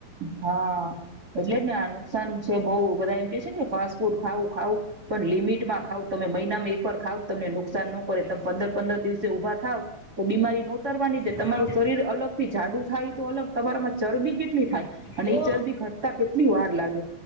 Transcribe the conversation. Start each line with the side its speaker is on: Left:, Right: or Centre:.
Right: હા એટલે જ નાનું નુકસાન છે બ બધા એમ કે છે ને ફાસ્ટ ફૂડ ખાવ ખાવ, પણ લિમિટ માં ખાવ તમે મહિનામાં એકવાર ખાવ તમને નુકસાન ન તમ
Left: તો
Right: પંદર પંદર દિવસે ઊભા થાવ. તો બીમારી નોતરવાની દે તમારું
Left: હા
Right: શરીર અલગ થી જાડુ થાય તો અલગ તમારા માં ચરબી કેટલી થાય. અને
Left: તો
Right: ઈ ચરબી ઘટતા કેટલી વાર લાગે